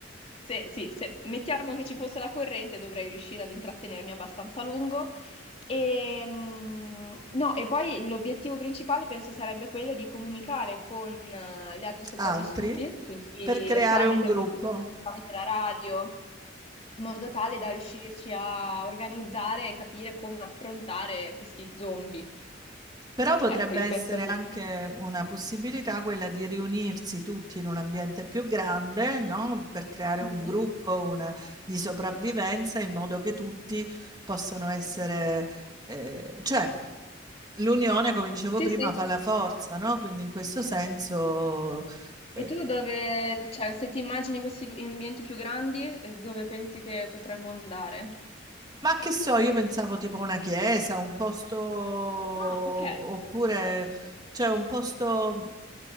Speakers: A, on the left; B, on the right.
A: se, sì, se mettiamo che ci fosse la corrente dovrei riuscire ad intrattenermi abbastanza a lungo. E, mm, no, e poi l'obiettivo principale penso sarebbe quello di comunicare con eh, gli altri
B: <laughs>
A: sopravvissuti,
B: Altri?
A: quindi
B: Per creare
A: tramite
B: un gruppo.
A: voltatoio, tramite la radio, in modo tale da riuscirci a organizzare e capire come affrontare questi zombie.
B: Però potrebbe
A: Ecco, io
B: essere
A: penso che...
B: anche una possibilità quella di riunirsi tutti in un ambiente più grande, no? Per creare
A: Mhm.
B: un gruppo, una di sopravvivenza in modo che tutti possano essere, eh, cioè l'unione, come dicevo
A: Sì,
B: prima,
A: sì.
B: fa la forza, no? Quindi in questo senso, eh,
A: E tu dove, cioè, se ti immagini questi lu- ambienti più grandi, eh, dove pensi che potremmo andare?
B: Ma che so, io pensavo tipo una chiesa, un posto, oppure
A: Ah, ok.
B: cioè un posto,